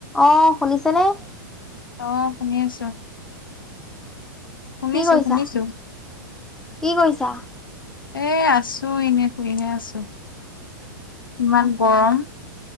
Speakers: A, in the centre; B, on the left.
A: অহ' শুনিছেনে।
B: অ' শুনি আছো। শুনিছো,
A: কি কৰিছা?
B: শুনিছো।
A: কি কৰিছা?
B: এ, আছো এনে শুই হে আছো। ইমান গৰম।